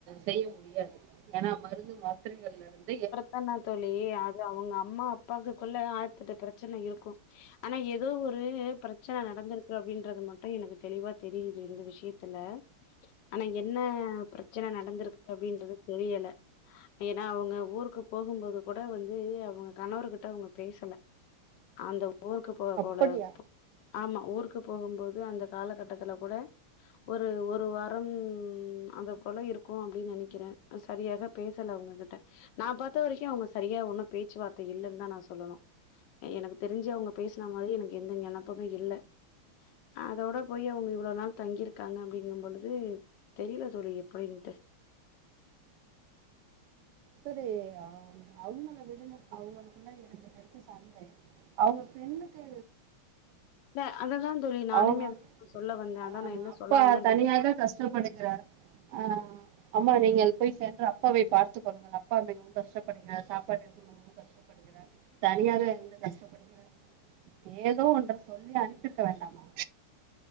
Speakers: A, on the right; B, on the left.
A: செய்ய முடியாது ஏன்னா மருந்து மாத்திரைகள்ல இருந்து
B: பண்லா தோழி அது அவங்க அம்மா அப்பாக்குக்குள்ள ஆயிரத்தெட்டு பிரச்சனை இருக்கும் ஆனா ஏதோ ஒரு பிரச் சனை நடந்திருக்கு அப்படின்றது மட்டு எனக்கு தெளிவா தெரியுது இந்த விஷயத்துல ஆனா என்ன பிரச்சனை நடந்திருக்குது அப்டின்றது தெரியல ஏன்னா அவங்க ஊருக்கு போகும்போது கூட வந்து அவங்க கணவர் கிட்ட அவங்க பேசல அந்த ஊருக்கு போகக்
A: அப்படியா
B: கூட ஆமா ஊருக்கு போகும்போது அந்த காலகட்டத்துல கூட ஒரு ஒரு வாரம் அந்த குல இருக்கு அப்டின்னு நெனைக்கிறே சரியாக பேசல அவங்ககிட்ட நா பாத்த வரைக்கு அவ்ங்க சரியா ஒன்னு பேச்சுவார்த்த இல்லன்னு தா நா சொல்லணு எனக்கு தெரிஞ்சு அவ்ங்க பேசன மாரி எனக்கு எந்த நெனப்பமே இல்ல அதோட போயி அவுங்க இவ்ளோ நாளு தங்கியிருக்காங்க அப்படிங்கம் பொழுது தெரியில தொழி எப்படின்ட்டு
A: செரி அவுங்கள விடுங்க அவுங்களுக்குள்ள ரெண்டு பேருக்கு சண்டை அவ்ங்க பெண்ணுக்கு
B: இல்ல அததான் தோழி நானுமே
A: அவுங்க
B: அத சொல்ல வந்தேன் அதான்
A: அ அ
B: நான் என்ன
A: அப்பா
B: சொல்ல வந்தேன்றது
A: தனியாதா கஷ் டம்படுகிறார் ஆ அம்மா நீங்கள் போய் சென்று அப்பாவை பார் த்து கொள்ளுங்கள் அப்பா மிகவும் கஷ்டப்படுகிறார் சாப்பாட்டிற்கு மிகவும் கஷ் டப்படுகிறார் தனியாவே இருந்து கஷ்டப்படுகிறார் ஏதோ ஒன்று சொல்லி அனுப்பிர்க்க வேண்டாமா